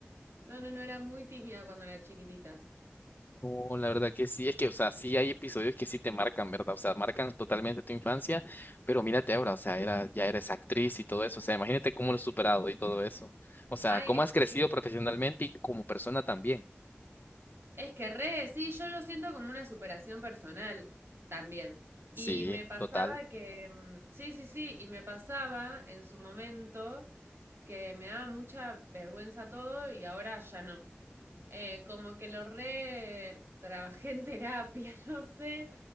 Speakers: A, on the right; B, on the left.
A: No, no, no, era muy tímida cuando era chiquitita.
B: oh la verdad que sí, es que, o sea, sí hay episodios que sí te marcan, ¿verdad? O sea, marcan totalmente tu infancia, pero mírate ahora, o sea, era, ya eres actriz y todo eso, o sea, imagínate cómo lo has superado y todo eso. O sea,
A: Ay,
B: cómo has
A: es
B: crecido
A: que
B: profesionalmente y como persona también.
A: Es que re, sí, yo lo siento como una superación personal también.
B: Sí,
A: Y me pasaba
B: total.
A: que, mm, sí, sí, sí, y me pasaba en su momento que me daba mucha vergüenza todo y ahora ya no. Eh, como que lo re trabajé en terapia, <laughs> no sé,